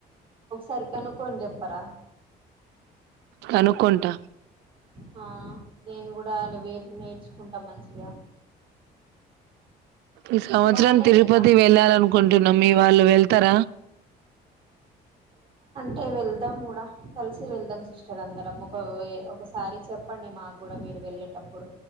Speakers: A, on the right (about 30°); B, on the right (about 80°).
A: ఒకసారి కనుక్కొని చెప్పరా
B: కనుకుంటా
A: హ నేను కూడా అలపోయి నేర్చుకుంటా మంచిగా
B: ఈ సంవత్సరం
A: వాళ్ళేదేనా
B: తిరుపతి వెళ్ళాలినుకుంటున్నాం మీ వాళ్ళు వెళ్ త్తర
A: అంటె వెళ్దాం కూడా కలిసి వెళ్దాం సిస్టర్ అందరం ఒక వే ఒకసారి చెప్పండి మాకు కూడా మీరు వెళ్ళేటప్పుడు,